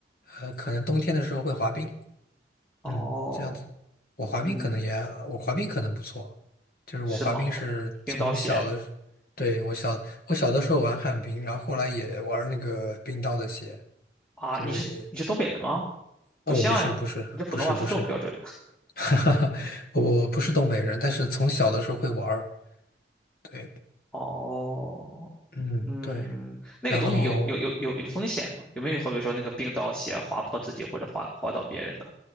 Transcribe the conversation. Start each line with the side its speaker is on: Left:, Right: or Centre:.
Left: 呃，可能冬天的时候会滑冰，
Centre: 哦，
Left: 嗯，这样子。我滑冰可能也，
Centre: 嗯，
Left: 我滑冰可能不错，就是我滑冰是从小的，
Centre: 是吗？冰刀鞋。
Left: 对，我小我小的时候玩旱冰，然后后来也玩那个冰刀的鞋，
Centre: 啊，
Left: 就是也，
Centre: 你是你是东北人吗？
Left: 啊，
Centre: 不像呀，
Left: 我不是不是不是不是，
Centre: 你这普通话说这么标准。
Left: <laughs> 哈哈哈，我不是东北人，但是从小的时候会玩儿，对，
Centre: 哦，
Left: 嗯对，
Centre: 嗯，那个东西有有有有有风险吗？
Left: 然后。
Centre: 有没有好比说那个冰刀鞋划破自己或者划划到别人的？